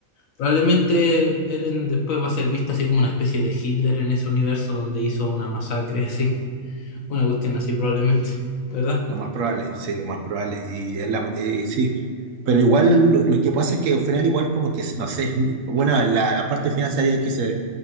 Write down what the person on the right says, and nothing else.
Lo más probable, sí, lo más probable. Y es la, eh, sí, pero igual lo, lo que pasa es que al final igual como que, no sé, <laughs> bueno, la, la parte final sería que se,